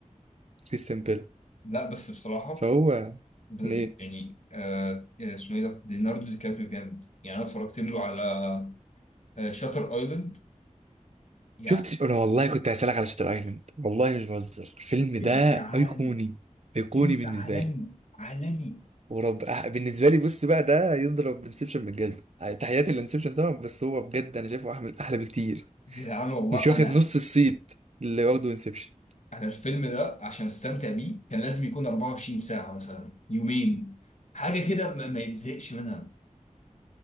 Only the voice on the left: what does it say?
لا بس بصراحة
ب...
يعني آه... إيه، اسمه إيه ده؟ ليوناردو دي كابريو جامد يعني أنا اتفرجت له على آه... شاتر أيلاند يعني
يا جدعان
فيلم
عالمي
عالمي
يا جدعان والله
أنا
أنا الفيلم ده عشان أستمتع بيه كان لازم يكون 24 ساعة مثلا يومين حاجة كده ما, ما يتزهقش منها